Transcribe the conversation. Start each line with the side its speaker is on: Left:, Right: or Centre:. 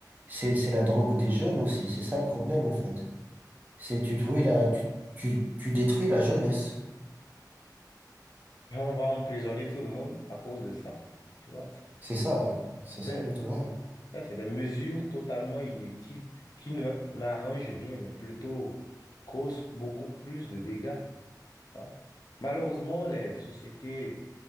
Right: c'est c'est la drogue des jeunes aussi, c'est ça le problème en fait. C'est tu détruis la tu, tu, tu détruis la jeunesse.
Left: On va emprisonner tout le monde à cause de ça. Tu vois, c'est
Right: C'est ça, ouais. c'est
Left: c'est
Right: ça
Left: un-
Right: le ouais.
Left: ça, c'est des mesures totalement inutiles qui ne- n'arrangent rien, mais plutôt causent beaucoup plus de dégâts. hein. Malheureusement, les sociétés